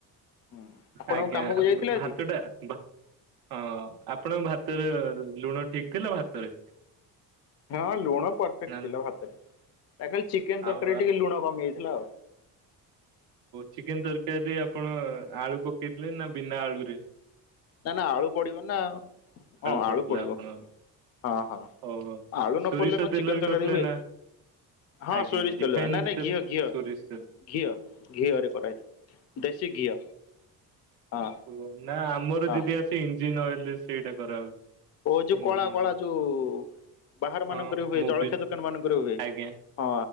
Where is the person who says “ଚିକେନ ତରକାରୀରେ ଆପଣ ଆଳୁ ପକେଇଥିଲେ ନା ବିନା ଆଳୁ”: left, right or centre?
Right